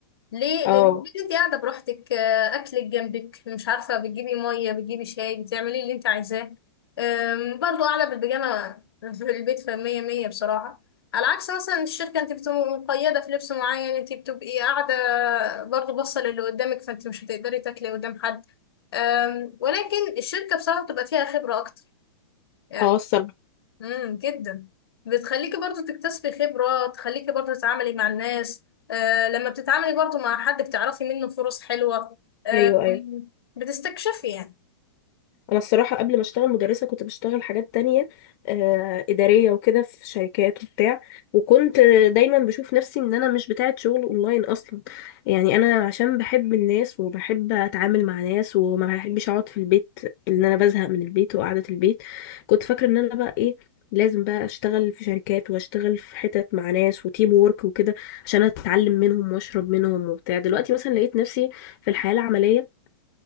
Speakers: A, on the left; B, on the left.
A: ليه
B: اه
A: لان البيت انت قاعده براحتك آه، اكلك جنبك مش عارفه بتجيبي ميه بتجيبي شاي بتعملي اللي انت عايزاه آم، برضو قاعده بالبيجامه في البيت فمية مية بصراحه على عكس مثلا الشركه انت بتبقي مقيده في لبس معين انت بتبقي قاعده برضو باصه للي قدامك فانت مش هتقدري تاكلي قدام حد آم، ولكن الشركه بصراحه بتبقى فيها خبره اكتر يعني
B: اه الصراحة
A: امم جدا بتخليكي برضو تكتسبي خبرة تخليكي برضو تتعاملي مع الناس آه لما بتتعاملي برضو مع حد بتعرفي منه فرص حلوة آه
B: ايوه ايوه
A: بتستكشفي يعني
B: انا الصراحة قبل ما اشتغل مدرسة كنت بشتغل حاجات تانية آه ادارية وكده في شركات وبتاع وكنت دايما بشوف نفسي ان انا مش بتاعة شغل اونلاين اصلا يعني انا عشان بحب الناس وبحب اتعامل مع ناس وما بحبش اقعد في البيت ان انا بزهق من البيت وقعدة البيت كنت فاكرة ان انا بقى ايه لازم بقى اشتغل في شركات واشتغل في حتت مع ناس وتيم وورك وكده عشان اتعلم منهم واشرب منهم وبتاع دلوقتي مثلا لقيت نفسي في الحياة العملية